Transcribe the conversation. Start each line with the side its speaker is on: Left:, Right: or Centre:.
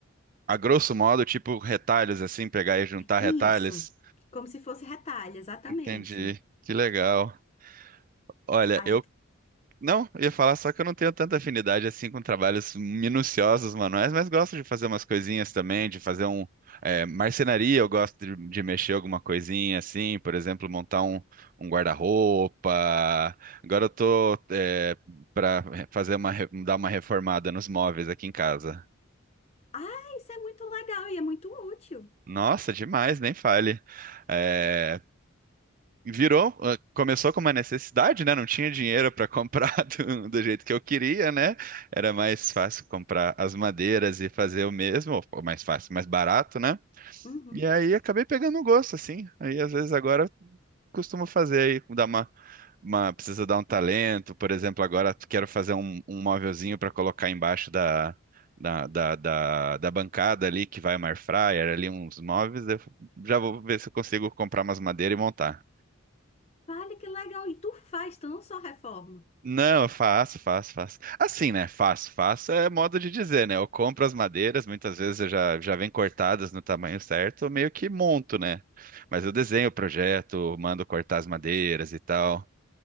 Right: A grosso modo, tipo retalhos assim, pegar e juntar retalhos.
Left: Isso, como se fosse retalho, exatamente.
Right: Entendi. Que legal. Olha,
Left: Aí
Right: eu
Left: eu,
Right: não eu ia falar só que eu não tenho tanta afinidade assim com trabalhos minuciosos manuais, mas gosto de fazer umas coisinhas também, de fazer um é, marcenaria, eu gosto de, de mexer alguma coisinha assim, por exemplo, montar um, um guarda-roupa. Agora eu tô é, para fazer uma re- dar uma reformada nos móveis aqui em casa.
Left: ah, isso é muito legal e é muito útil.
Right: Nossa, demais, nem fale. É, virou, ah, começou com uma necessidade, né? Não tinha dinheiro para comprar <laughs> do, do jeito que eu queria, né? Era mais fácil comprar as madeiras e fazer o mesmo, ou ou mais fácil, mais barato, né?
Left: Uhum.
Right: E aí acabei pegando um gosto, assim. Aí às vezes agora eu costumo fazer aí, dar uma, uma, precisa dar um talento, por exemplo, agora quero fazer um, um móvelzinho para colocar embaixo da da, da, da, da bancada ali que vai uma air fryer, ali uns móveis, eu já vou ver se eu consigo comprar umas madeiras e montar.
Left: Vale que legal, e tu faz, tu não só reforma.
Right: Não, eu faço, faço, faço. Assim, né? Faço, faço é modo de dizer, né? Eu compro as madeiras, muitas vezes eu já, já vem cortadas no tamanho certo, eu meio que monto, né? Mas eu desenho o projeto, mando cortar as madeiras e tal.